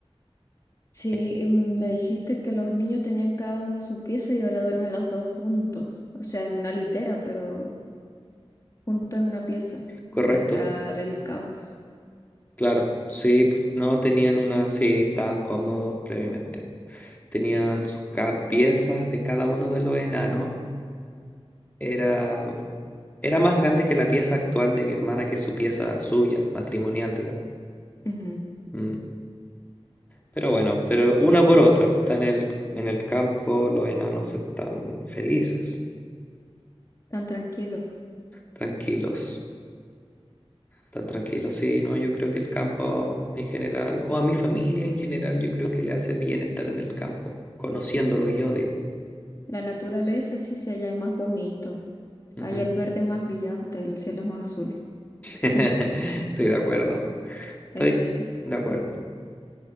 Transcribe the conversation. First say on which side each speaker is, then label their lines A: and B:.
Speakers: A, on the left; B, on the left.
A: Sí,
B: Eh,
A: y me dijiste que los niños tenían cada uno su pieza y ahora duermen los dos juntos, o sea, en una litera, pero juntos en una pieza.
B: Correcto,
A: Debe estar el caos.
B: claro, sí, po. no tenían una, sí, tan cómodos previamente. Tenían sus ca- piezas de cada uno de los enanos, era, era más grande que la pieza actual de mi hermana, que es su pieza suya, matrimonial, digamos.
A: Ujú.
B: Mm. Pero bueno, pero una por otra, pues está en el, en el campo, los enanos están felices,
A: Tan tranquilo.
B: tranquilos. Tan tranquilo, sí, no, yo creo que el campo en general, o a mi familia en general, yo creo que le hace bien estar en el campo, conociéndolo yo, digo.
A: La naturaleza sí, sí, allá es más bonito.
B: Ujú.
A: Allá el verde es más brillante, el cielo es más azul.
B: <laughs> Estoy
A: <laughs>
B: de acuerdo, estoy
A: Es cierto.
B: de acuerdo.